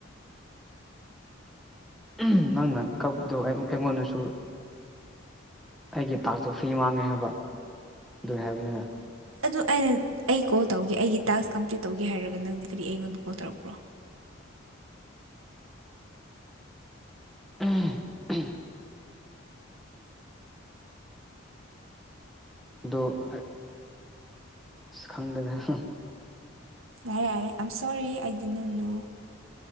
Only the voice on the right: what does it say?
ꯑꯗꯨ ꯑꯩꯅ ꯑꯩ ꯀꯣꯜ ꯇꯧꯒꯦ ꯑꯩꯒꯤ ꯇꯥꯛꯁ ꯀꯝꯄ꯭ꯂꯤꯠ ꯇꯧꯒꯦ ꯍꯥꯏꯔꯒ ꯅꯪꯗꯤ ꯀꯔꯤ ꯑꯩꯉꯣꯟꯗ ꯀꯣꯜ ꯇꯧꯔꯛꯄ꯭ꯔꯣ
ꯌꯥꯔꯦ ꯌꯥꯔꯦ ꯑꯥꯏꯝ ꯁꯣꯔꯤ ꯑꯩꯗꯤ ꯅꯟꯅꯨ